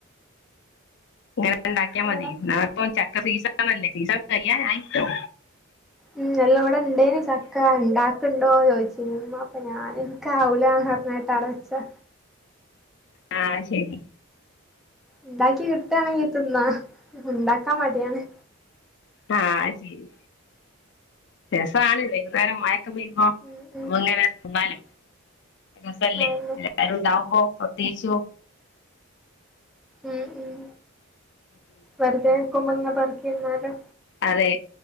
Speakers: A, on the left (about 50°); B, in the centre.
A: ങ്ങനെണ്ടാക്ക്യാ
B: അങ്ങനെ
A: മതി ന്നാപ്പൊ ചക്ക സീസണല്ലേ സീസൺ കയ്യാനായിട്ടോ
B: ഉം അല്ല വടേണ്ടേനി ചക്ക ണ്ടാക്ക ക്കുണ്ടോ ചോയ്ച്ചീനി ഉമ്മാ അപ്പൊ ഞാന് ഇൻക്കാവൂലാന്ന് പറഞ്ഞട്ട് അടെ വെച്ചാ
A: ആഹ് ശെരി
B: ഉണ്ടാക്കി കിട്ടാണെങ്കി തിന്നാ ഉണ്ടാക്കാൻ മടിയാണ്
A: ആഹ് ശെരി രസാണ് വൈകുന്നേരം മഴ ക്കെ പെയ്യുമ്പോ
B: ഉം ഉം
A: അപ്പോങ്ങനെ തിന്നാല് രസല്ലേ
B: അതന്നെ
A: എാല്ലാരുംണ്ടാവുമ്പോ തേച്ചോ
B: ഉം ഉം വെറുതെക്കുംമ്പൊ ങ്ങെനെ പെറുക്കി തിന്നാലൊ
A: അതെ